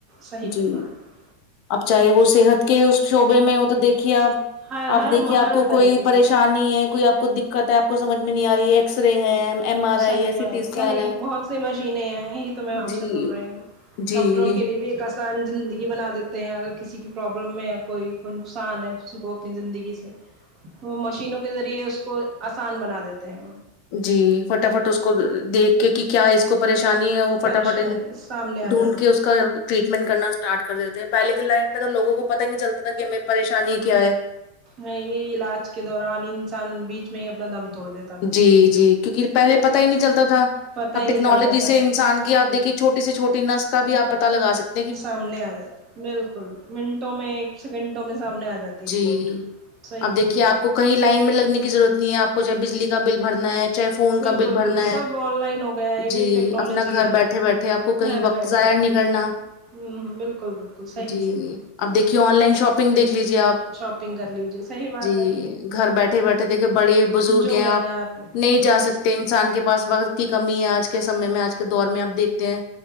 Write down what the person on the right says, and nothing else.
صحیح
فرمایا
ہر
ہر
ہر
طریقے
سے
صحیح
بھائی
صحیح
بہت مشینیں ہیں یہ تو میں
آپ سے بول رہی ہوں
ڈاکٹروں کے لیے بھی ایک انسان زندگی بنا دیتے ہیں اگر کسی کی پرابلم میں ہے کوئی کوئی نقصان ہے کسی کو اپنی زندگی سے وہ مشینوں کے ذریعے اس کو آسان بنا دیتے ہیں
پریشانی سامنے آ
جاتی
ہے
ہے یہ علاج کے دوران انسان بیچ میں ہی اپنا دم توڑ دیت
پتہ
ہی
نہیں چلتا تھا
سامنے آ جاتا بالکل منٹوں میں ایک سیکنٹوں میں سامنے آ جاتی ہے
رپورٹ صحیح
صحیح
فرمایا
بالکل
بالکل سب
آن لائن ہو گیا ہے یہ
بھی ایک ٹیکنالوجی
ہے
گھر
بیٹھے
ہوں ہوں بالکل بالکل صحیح
صحیح
شاپنگ کر لیجیے صحیح بات
ہے
جو
لینا
ہے
جس